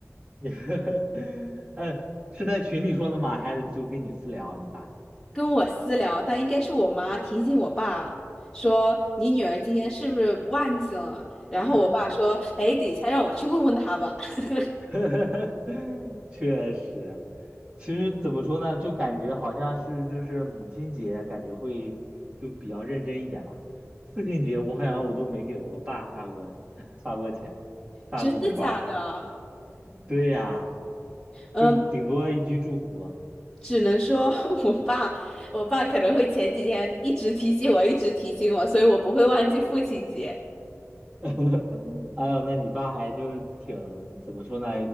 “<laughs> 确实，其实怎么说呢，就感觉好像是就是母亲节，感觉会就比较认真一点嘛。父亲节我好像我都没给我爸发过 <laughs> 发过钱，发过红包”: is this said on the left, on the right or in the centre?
Right